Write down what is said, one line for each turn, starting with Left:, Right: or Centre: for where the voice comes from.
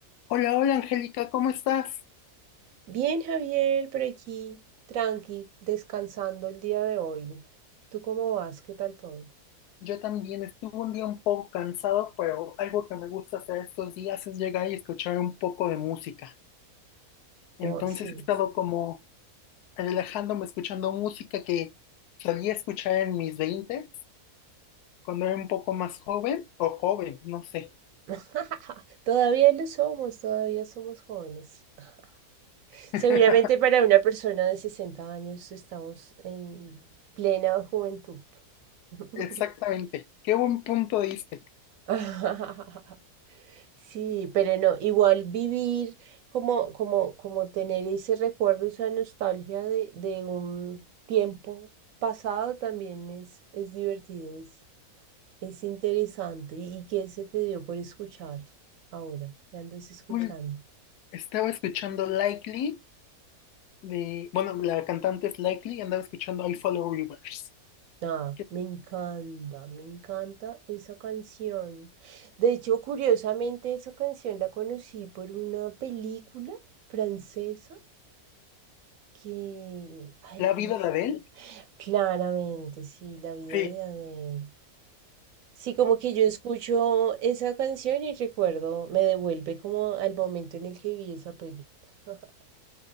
Left: Hola, hola Angélica, ¿cómo estás?
Right: Bien, Javier, por aquí, tranqui, descansando el día de hoy. ¿Tú cómo vas? ¿Qué tal todo?
Left: Yo también estuve un día un poco cansado, pero algo que me gusta hacer estos días es llegar y escuchar un poco de música. Entonces
Right: Oh, sí.
Left: he estado como relajándome escuchando música que solía escuchar en mis 20, cuando era un poco más joven, o joven, no sé.
Right: <laughs> Todavía lo somos, todavía somos jóvenes. <laughs>
Left: <laughs>
Right: Seguramente para una persona de 60 años estamos en plena juventud. <laughs>
Left: Exactamente. Qué buen punto diste.
Right: <laughs> Sí, pero no, igual vivir como, como, como tener ese recuerdo, esa nostalgia de, de un tiempo pasado también es, es divertido, es, es interesante. ¿Y qué se te dio por escuchar ahora? ¿Qué andas escuchando?
Left: Un- Estaba escuchando Likely de, bueno, la cantante es Likely y andaba escuchando I Follow Rivers.
Right: Ah,
Left: que es
Right: me encanta, me encanta esa canción. De hecho, curiosamente, esa canción la conocí por una película francesa Que, ay,
Left: La
Right: ¿cómo
Left: vida
Right: es?
Left: de Adele.
Right: Claramente, sí, la vida
Left: Sí,
Right: de Adele. Sí, como que yo escucho esa canción y recuerdo, me devuelve como al momento en el que vi esa peli. <laughs>